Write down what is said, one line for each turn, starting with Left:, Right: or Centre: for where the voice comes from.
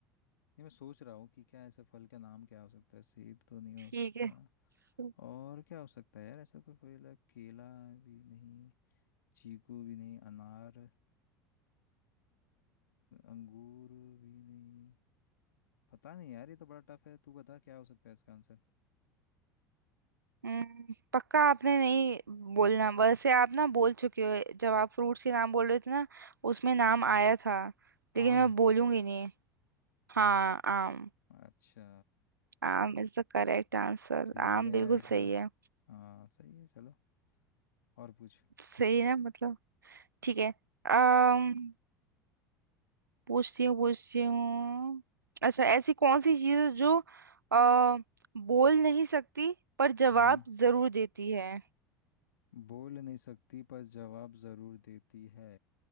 Left: मैं सोच रहा हूँ कि क्या ऐसा फल का नाम क्या हो सकता है सेब तो नहीं हो
Right: ठीक
Left: सकता
Right: है सु-
Left: और क्या हो सकता है यार ऐसा कोई फल है? केला भी नहीं चीकू भी नहीं अनार अ, अंगूर भी नहीं पता नहीं यार ये तो बड़ा टफ है तू बता क्या हो सकता है इसका आंसर
Right: हम्म, पक्का आपने नहीं बोलना वैसे आप ना बोल चुके हो जब आप फ्रूट्स के नाम बोल रहे थे ना उसमें नाम आया था लेकिन
Left: आम
Right: मैं बोलूंगी नहीं हाँ आम
Left: अच्छा
Right: Aam is the correct answer
Left: ठीक
Right: आम
Left: है
Right: बिल्कुल
Left: यार ये तो
Right: सही है
Left: हाँ सही है चलो और पूछ
Right: सही है मतलब ठीक है अम्म पूछती हूँ पूछती हूँ अच्छा ऐसी कौन सी चीज़ है जो अ, बोल नहीं सकती पर जवाब
Left: हम्म
Right: जरूर देती है
Left: बोल नहीं सकती पर जवाब जरूर देती है